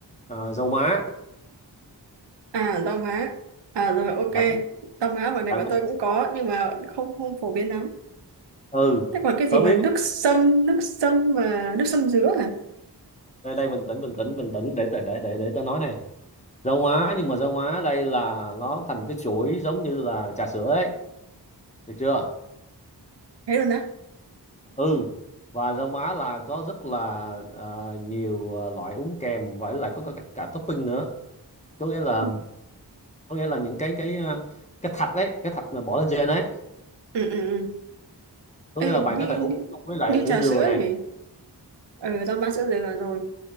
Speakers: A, on the left; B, on the right.
A: ờ, dầu má
B: à rau má à rồi ok
A: bạn biết
B: rau má ngoài này
A: bạn
B: bọn tôi
A: biết-
B: cũng có nhưng mà không không phổ biến lắm
A: ừ
B: thế còn cái gì
A: tớ biết
B: mà nước sâm nước sâm mà nước sâm dứa à
A: đây đây bình tĩnh bình tĩnh bình tĩnh để tớ- để để để tớ nói này dầu má nhưng mà dầu má đây là nó thành cái chuỗi giống như là trà sữa ấy được chưa
B: thế rồi nè
A: ừ và rau má là có rất là ờ, nhiều ờ, loại uống kèm và lại có cả, cả, topping nữa có nghĩa là
B: ừ,
A: có nghĩa là những cái cái ờ, cái thạch đấy cái thạch mà bỏ lên trên đấy
B: ừ. ừ.
A: có
B: Ê,
A: nghĩa là bạn
B: như,
A: có thể uống
B: như,
A: chung với lại
B: như
A: sữa
B: trà
A: dừa
B: sữa
A: này
B: nhỉ ừ rau má sữa dừa vào rồi